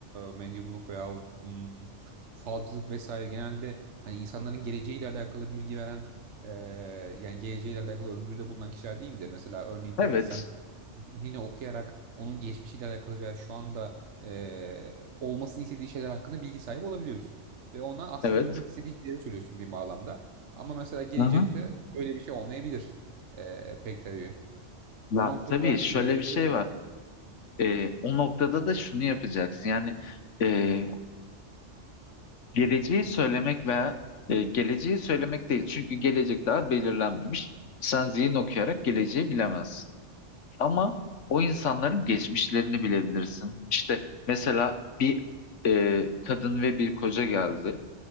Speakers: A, on the right (about 70°); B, on the left (about 80°).
A: e, medyumluk veyahut hmm, falcılık vesaire genelde hani insanların geleceğiyle alakalı bilgi veren e, yani geleceğiyle alakalı öngörüde bulunan kişiler değil midir? Mesela örneğin
B: Evet.
A: tabii ki sen zihnini okuyarak onun geçmişiyle alakalı veya şu anda e, olmasını istediği şeyler hakkında bilgi sahibi olabiliyorsun. Ve ona aslında
B: Evet.
A: duymak istediği şeyleri söylüyorsun bir bağlamda. Ama mesela gelecekte
B: Aha.
A: öyle bir şey olmayabilir e, pek tabii.
B: Ya,
A: O noktada
B: tabii
A: hani
B: şöyle
A: geleceğe
B: bir şey
A: göre
B: var. Ee, o noktada da şunu yapacaksın. Yani e, Geleceği söylemek veya e, geleceği söylemek değil. Çünkü gelecek daha belirlenmemiş. Sen zihin okuyarak geleceği bilemezsin. Ama o insanların geçmişlerini bilebilirsin. İşte mesela bir e, kadın ve bir koca geldi.